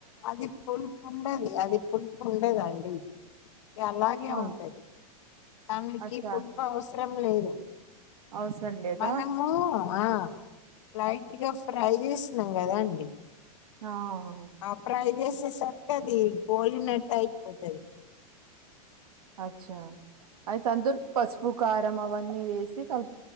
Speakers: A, on the left; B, on the right.
A: అది పుల్పు ఉండది అది పుల్పు ఉండదండి. ఇగ అలాగే
B: ఆ
A: ఉంటది దానికీ
B: అచ్చా
A: పులుపు అవసరం లేదు.
B: అవసరం లేదా
A: మనమూ ఆ లైట్ గా ఫ్రై చేశినం గదా అండి.
B: ఆ అవును
A: ఆ ఫ్రై చేసేసరికి అదీ గోలి నట్ట్ అయిపోతది.
B: అఛ్ఛా ఐతే అందుల్ పసుపూ, కారం అవన్నీ వేసి కల్ప్